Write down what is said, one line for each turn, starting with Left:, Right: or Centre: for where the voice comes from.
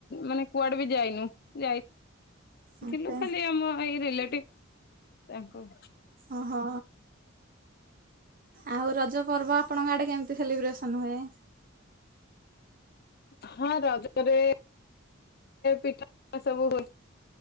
Left: ମାନେ କୁଆଡେ ବି ଯାଇନୁ ଯାଇ
Right: ଆଚ୍ଛା
Left: ଥିଲୁ ଖାଲି ଆମ ଏଇ ରିଲେଟିଭ ତାଙ୍କ
Right: ଓହୋ ଆଉ ରଜ ପର୍ବ ଆପଣଙ୍କ ଆଡେ କେମିତି ସେଲିବ୍ରେସନ ହୁଏ।
Left: ହଁ ରଜରେ ପିଠା ସବୁ ହୁଏ